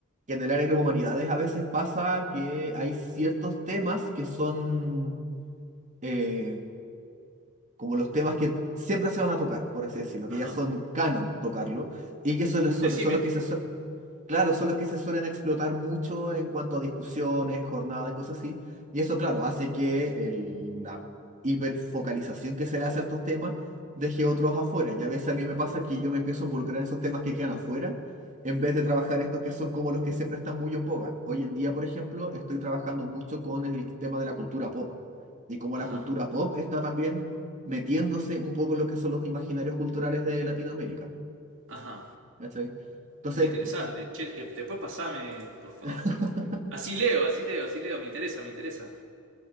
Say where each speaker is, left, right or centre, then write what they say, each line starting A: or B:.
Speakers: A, on the right; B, on the right.
A: que en el área de las humanidades a veces pasa que hay ciertos temas que son eh, como los temas que siempre se van a tocar, por así decirlo, que
B: Ajá,
A: ya son canon tocarlo, y que son,
B: Uh,
A: los- son
B: decime.
A: los que se, Claro, son los que se suelen explotar mucho en cuanto a discusiones, jornadas, cosas así. Y eso, claro, hace que el- la hiperfocalización que se le hace a estos temas deje otros afuera. Y a veces a mí me pasa que yo me empiezo a involucrar en esos temas que quedan afuera, en vez de trabajar estos que son como los que siempre están muy en boga. Hoy en día, por ejemplo, estoy trabajando mucho con el tema de la cultura pop. Y como
B: ajá,
A: la cultura pop está también metiéndose un poco en lo que son los imaginarios culturales de Latinoamérica.
B: ajá.
A: ¿Cachai? Entonces...
B: Muy interesante. Che, de- después pasame, por favor.
A: <laughs>
B: <laughs> Así leo, así leo, así leo. Me interesa, me interesa.